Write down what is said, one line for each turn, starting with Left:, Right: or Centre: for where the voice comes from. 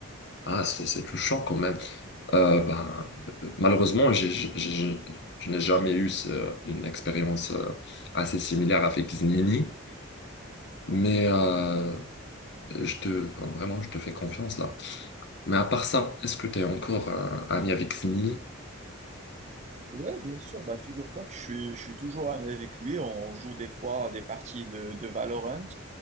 Left: ah, c'est c'est touchant quand même. Euh, ben, euh, malheureusement, j'ai- j'ai- j'ai- je n'ai jamais eu ce- une expérience euh, assez similaire avec Znini. Mais euh, je te, enfin, vraiment, je te fais confiance là. Mais à part ça, est-ce que tu es encore euh, ami avec Snini?
Right: Ouais, bien sûr. Bah, figure-toi que je suis, je suis toujours avec lui. On joue des fois des parties de, de Valorant.